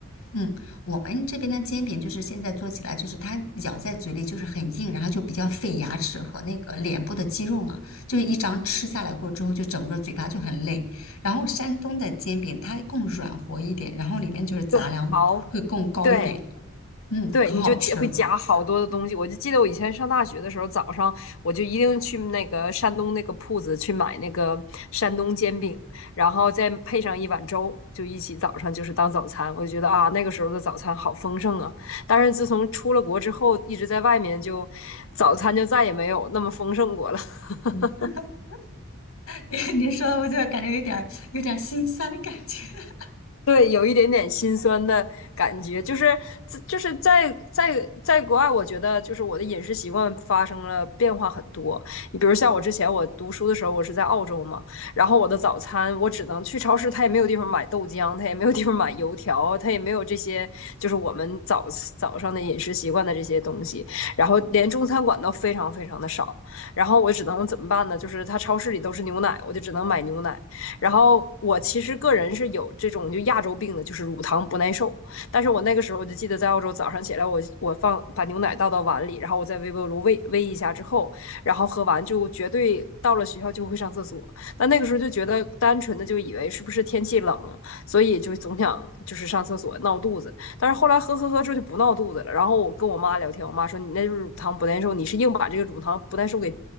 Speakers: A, on the left; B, on the left.
A: 嗯，我们这边的煎饼就是现在做起来，就是它咬在嘴里就是很硬，然后就比较费牙齿和那个脸部的肌肉嘛，就是一张吃下来过之后，就整个嘴巴就很累。然后山东的煎饼它更软和一点，然后里面就是杂粮会更高一点，
B: 对，薄，对。
A: 嗯，
B: 对，
A: 可好吃了。
B: 你就夹会夹好多的东西。我就记得我以前上大学的时候，早上我就一定去那个山东那个铺子去买那个山东煎饼，然后再配上一碗粥，就一起早上就是当早餐。我就觉得啊，那个时候的早餐好丰盛啊。但是自从出了国之后，一直在外面就早餐就再也没有那么丰盛过了。
A: 嗯 <laughs>
B: <laughs>
A: 你你说的我就感觉有点儿有点儿心酸的感觉，<laughs>
B: 对，有一点点心酸的感觉，就是自就是在在在国外，我觉得就是我的饮食习惯发生了变化很多。你比如像我之前我读书的时候，我是在澳洲嘛，然后我的早餐我只能去超市，它也没有地方买豆浆，它也没有地方买油条，它也没有这些就是我们早早上的饮食习惯的这些东西，然后连中餐馆都非常非常的少，然后我只能怎么办呢？就是它超市里都是牛奶，我就只能买牛奶。然后我其实个人是有这种就亚洲病的，就是乳糖不耐受。但是我那个时候我就记得在澳洲早上起来我，我我放把牛奶倒到碗里，然后我在微波炉煨煨一下之后，然后喝完就绝对到了学校就会上厕所。但那个时候就觉得单纯的就以为是不是天气冷，所以就总想就是上厕所闹肚子。但是后来喝喝喝之后就不闹肚子了。然后我跟我妈聊天，我妈说你那就是乳糖不耐受，你是硬把这个乳糖不耐受给